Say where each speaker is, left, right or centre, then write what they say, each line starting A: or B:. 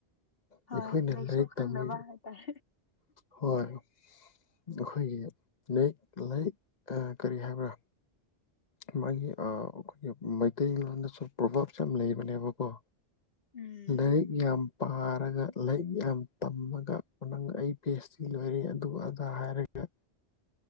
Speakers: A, on the left; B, on the left.
A: ꯍꯣꯏ
B: ꯑꯩꯈꯣꯏ ꯅ
A: ꯂꯩꯁꯨ
B: ꯂꯩꯥꯏꯛ
A: ꯈꯪꯗꯕ
B: ꯇꯃꯤ
A: ꯍꯥꯏꯇꯥꯔꯦ
B: ꯍ ꯑꯩꯈꯣꯏꯒꯤꯌꯦꯛ ꯂꯥꯏ ꯀꯔꯤ ꯍꯥꯏꯕ꯭ꯔꯥ ꯃꯥꯒꯤ ꯑꯩꯈꯣꯏꯒꯤ ꯃꯩꯇꯩꯂꯣꯟꯗꯁꯨ ꯄ꯭ꯔꯣꯚꯥꯞꯁꯨ ꯌꯥꯝ ꯂꯩꯕꯅꯦꯕꯀꯣ
A: ꯎꯝ
B: ꯂꯩꯔꯤꯛ ꯌꯦ ꯌꯥꯝ ꯄꯥꯔꯒ ꯂꯥꯏꯔꯤꯛ ꯌꯥꯝ ꯇꯝꯃꯒ ꯅꯪ ꯑꯩ ꯄꯤ ꯑꯩꯆ ꯗꯤ ꯂꯣꯏꯔꯦ ꯑꯗꯨ ꯑꯗꯥ ꯍꯥꯏꯔꯒ ꯑ